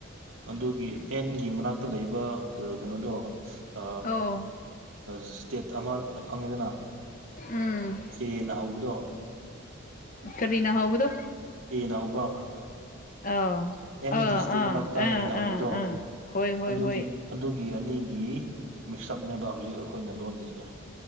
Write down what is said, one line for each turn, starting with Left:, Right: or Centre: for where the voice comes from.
Right: ꯑꯗꯨꯒꯤ ꯑꯦꯟꯒꯤ ꯃꯅꯥꯛꯇ ꯂꯩꯕ ꯀꯩꯅꯣꯗꯣ ꯑ
Left: ꯑꯣ
Right: ꯏꯁꯇꯦꯠ ꯑꯃ ꯈꯪꯉꯤꯗꯅ
Left: ꯎꯝ
Right: ꯆꯦꯅ ꯍꯧꯕꯗꯣ
Left: ꯀꯔꯤꯅꯥ ꯍꯧꯕꯗꯣ
Right: ꯑꯦꯅ ꯍꯧꯕ
Left: ꯑꯣ
Right: ꯑꯦꯟꯒꯤ
Left: ꯑ
Right: ꯏꯁꯇꯦꯠ ꯃꯅꯥꯛꯇ
Left: ꯑ
Right: ꯑꯦꯅ ꯍꯧꯕꯗꯣ
Left: ꯑ ꯍꯣꯏ ꯍꯣꯏ
Right: ꯑꯗꯨꯒꯤ
Left: ꯍꯣꯏ
Right: ꯑꯗꯨꯒꯤ ꯑꯅꯤꯒꯤ ꯃꯤꯛꯁꯑꯞꯅꯦꯕ ꯍꯧꯖꯤꯛ ꯑꯩꯈꯣꯏꯅ ꯂꯣꯜꯂꯤꯁꯦ